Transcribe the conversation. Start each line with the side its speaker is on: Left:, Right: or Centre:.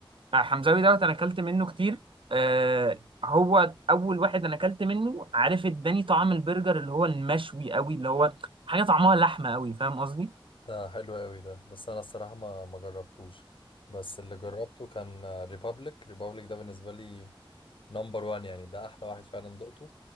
Right: آه حمزاوي دوت انا اكلت منه كتير آه هو اول واحد انا اكلت منه عارف اداني طعم البرجر اللي هو المشوي قوي اللي هو حاجه طعمها لحمه قوي فاهم قصدي
Left: ده حلو قوي ده بس انا الصراحة ما ما جربتوش بس اللي جربته كان ريبابليك ريبابليك ده بالنسبة لي نمبر وان يعني ده احلى واحد فعلا دقته